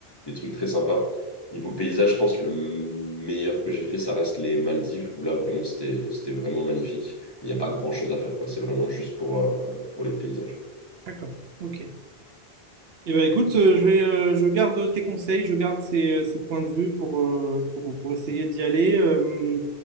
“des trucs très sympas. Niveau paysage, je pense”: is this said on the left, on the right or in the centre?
Left